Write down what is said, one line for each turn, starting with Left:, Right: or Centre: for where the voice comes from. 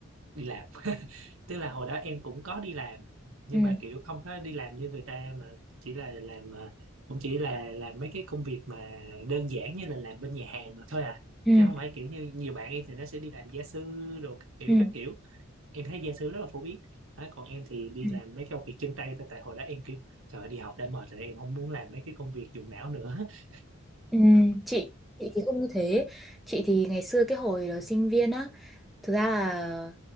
Right: đi làm tức là hồi đó em cũng có đi làm nhưng
Centre: ừ
Right: mà kiểu không có đi làm như người ta mà chỉ là làm ờ, cũng chỉ là làm mấy cái công việc mà đơn giản như là làm bên nhà hàng mà thôi à
Centre: ừ
Right: chứ không phải kiểu như nhiều bạn em thì nó sẽ đi làm gia sư đồ các kiểu
Centre: ừ
Right: các kiểu em thấy gia sư rất là phổ biến đó, còn em thì đi
Centre: ừ.
Right: làm mấy công việc chân tay thôi tại hồi đó em kiểu trời ơi, đi học đã mệt rồi em không muốn làm mấy cái công việc dùng não nữa <laughs>
Centre: Ừ, chị chị thì không như thế chị thì ngày xưa cái hồi đó sinh viên á thực ra là